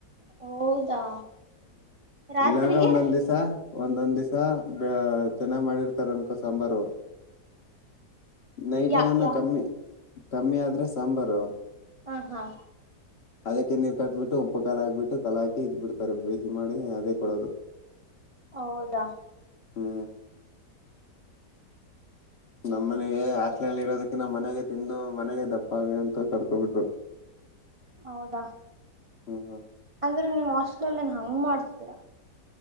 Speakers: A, on the right (about 40°); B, on the left (about 45°).
A: ಹೌದಾ ರಾತ್ರಿಗೆ
B: ಇಲ್ಲಾಂದ್ರೆ ಒಂದೊಂದ್ ದಿವ್ ಒಂದೊಂದ್ ದಿವ್ಸ ಬ ಚೆನ್ನಾಗ್ ಮಾಡಿರ್ತಾರ ಅನ್ಕೋ ಸಾಂಬಾರು
A: <unintelligible>
B: ನೈಟನನ
A: ಯಾ ಯಾ
B: ಕಮ್ಮಿ ಕಮ್ಮಿ ಆದ್ರೆ ಸಾಂಬಾರು
A: ಹಾ ಹಾ
B: ಅದಕ್ಕೆ ನೀರು ಕಟ್ಬಿಟ್ಟು ಉಪಕಾರ ಆಗ್ಬಿಟ್ಟು ಕಲಾಕಿ ಹಗ್ಬಿಟ್ಟಡ್ತರ ಬೇಸಿ ಮಾಡಿ ಅದೇ ಕೊಡೋದು
A: ಹೌದಾ
B: ಹ್ಮ
A: ಹ್ಮ್
B: ನಮ್ಮ್ ಮನೆಗೆ ಆ ಲ್ಲಿ ಇರೋದಕ್ಕಿ ನ ಮನೆಗೆ ತಿಂದು ಮನೆಗೆ ದಪ್ಪಗ ಅಂತ ಕರ್ಕೊಬಿಟ್ರು
A: ಹೌದಾ
B: ಹ್ಮ್
A: ಅಂದ್ರೆ ನೀಮ್ ಹಸ್ಟೆಲ ಅಲ್ಲ ನ್ ಹಂಗ ಮಾಡ್ತಿದ್ದೀರಾ